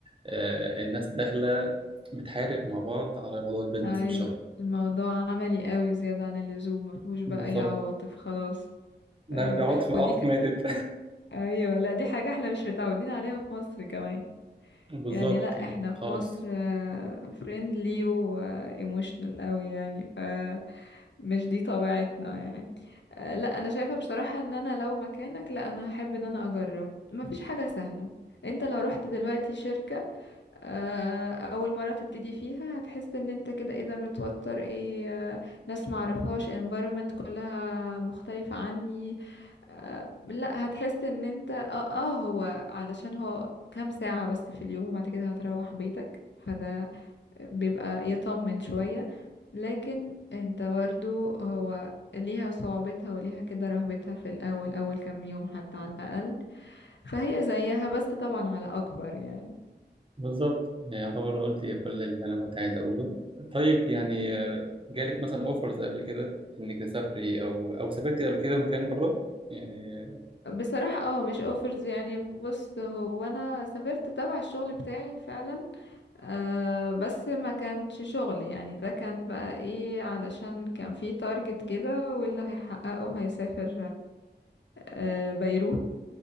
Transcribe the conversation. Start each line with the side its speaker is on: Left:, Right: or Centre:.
Right: آه، الناس داخلة بتحارب مع بعض على موضوع البيزنس
Left: ايوه
Right: والشغل
Left: الموضوع عملي قوي زيادة عن اللزوم ما فيهوش بقى
Right: بالظبط
Left: اي عواطف خلاص
Right: ده
Left: ايوه
Right: عاطف
Left: ودي
Right: عاطف
Left: ك...
Right: ماتت
Left: ايوه لا دي حاجة احنا مش متعودين عليها في مصر كمان
Right: <laughs> بالظبط
Left: يعني لا
Right: يعني
Left: احنا في
Right: خالص
Left: مصر فريندلي وايموشنال قوي يعني ف مش دي طبيعتنا يعني آه، لا انا شايفة بصراحة ان انا لو مكانك لا انا هحب ان انا اجرب مفيش حاجة سهلة انت لو رحت دلوقتي شركة آه، اول مرة تبتدي فيها هتحس ان انت كده ايه ده متوتر ايه آه، ناس معرفهاش environment كلها مختلفة عني آه، لا هتحس ان انت اه, آه هو علشان هو كام ساعة بس في اليوم وبعد كده هتروح بيتك فده بيبقى يطمن شوية لكن انت برضو هو ليها صعوبتها وليها كده رهبتها في الأول أول كام يوم حتى على الأقل فهي زيها بس طبعا على أكبر يعني
Right: بالظبط يعني يعتبر قلت كل اللي انا كنت عايز اقوله طيب يعني آه، جالك مثلا اوفرز قبل كده انك تسافري او او سافرتي قبل كده مكان بره يعني آه،
Left: بصراحة اه مش اوفرز يعني بص هو أنا سافرت تبع الشغل بتاعي فعلا أه بس ما كانش شغل يعني ده كان بقى ايه علشان كان في تارجت كده واللي هيحققه هيسافر أه بيروت